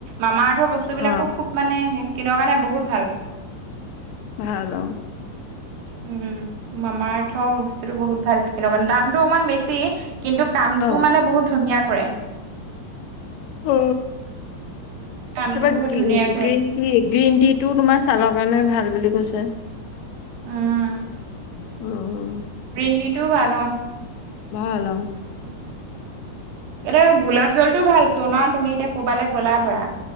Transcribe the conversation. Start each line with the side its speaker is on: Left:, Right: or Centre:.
Right: মামা ধৰৰ বস্তু
Left: অ
Right: বিলাকু খুব মানে স্কিনৰ কাৰণে বহুত ভাল
Left: ভাল অ
Right: উম মামাৰ আৰ্থৰ বস্তুতটো বহুত ভাল স্কিনৰৰ কাৰণে দামতটো অকণমান বেছি। কিন্তু কামটো
Left: অ
Right: মানে বহুত ধুনীয়া কৰে।
Left: অ
Right: কামটো
Left: তাৰপৰা
Right: বহুত ধুনীয়া কৰে
Left: গ্ৰীণ টি গ্ৰীণ টি টো তোমাৰ ছালৰ কাৰণে ভাল বুলি কৈছে।
Right: আহ
Left: উ
Right: গ্ৰীণ তিটো ভাল অহ।
Left: ভাল অহ।
Right: এ গোলাপ জলটো ভাল তনা তুমি এতিয়া ক'বালৈ গ'লা ধৰা